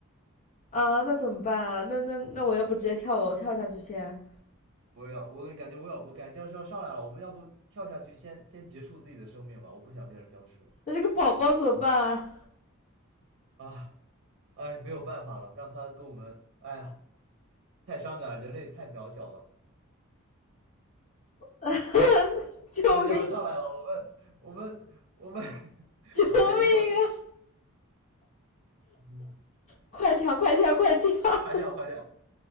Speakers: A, on the left (about 35°); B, on the right (about 50°).
A: 啊？那怎么办啊？那那那我要不直接跳楼跳下去先？
B: 我要，我感觉我要，我感觉僵尸要上来了，我们要不跳下去先先结束自己的生命吧？我不想变成僵尸了
A: 那这个宝宝怎么办啊？
B: 啊！哎，没有办法了，让他跟我们，哎呀，太伤感了，人类太渺小了。
A: <laughs> 救命！
B: 僵尸要上来了，我们我们我们 <laughs>
A: 救命啊！
B: 我们还是跳下去，嗯
A: 快跳！快跳！快跳！<laughs>
B: 快跳快跳，